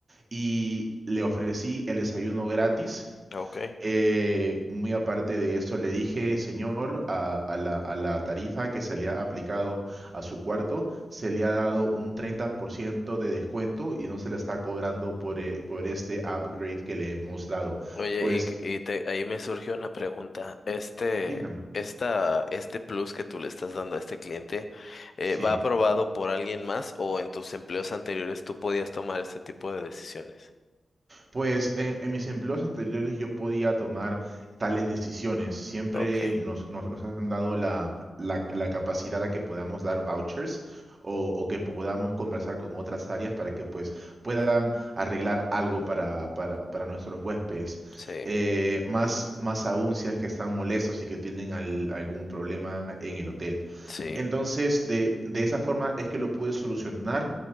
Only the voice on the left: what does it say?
ok.
Oye,
y, y te- ahí me surgió una pregunta. Este,
esta, este plus que tú le estás dando a este cliente, eh,
¿va aprobado por alguien más o en tus empleos anteriores tú podías tomar este tipo de decisiones?
Ok,
sí,
sí,